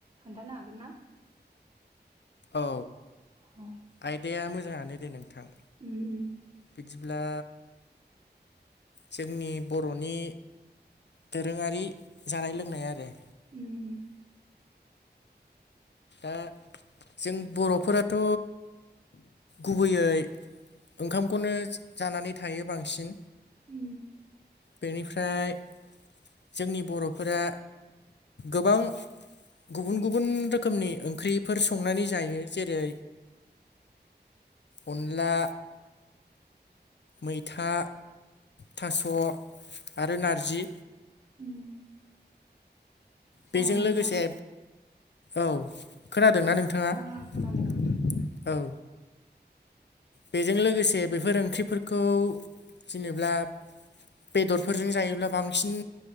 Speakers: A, on the right (about 35°); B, on the left (about 75°).
A: खोन्थानो हागोन ना?
B: औ
A: अ
B: आयदाया मोजाङानो दे नोंथां।
A: उम
B: बिदिब्ला जोंनि बर'नि दोरोङारि जानाय लोंनाय आरो।
A: उम
B: ओ जों बर'फोराथ' गुबैयै ओंखामखौनो जानानै थायो बांसिन।
A: उम
B: बेनिफ्राय जोंनि बर'फोरा गोबां गुबुन गुबुन रोखोम नि ओंख्रिफोर संनानै जायो जेरै अनला मैथा थास' आरो नारजि।
A: उम जागोन
B: बेजों
A: नोंथां
B: लोगोसे औ खोनादोंना नों थाङा
A: ओं ओं खोनादों
B: औ
A: नोंथां
B: बेजों लोगोसे बेफोर ओंख्रिफोरखौ जेनेब्ला बेदरफोरजों जायोब्ला बांसिन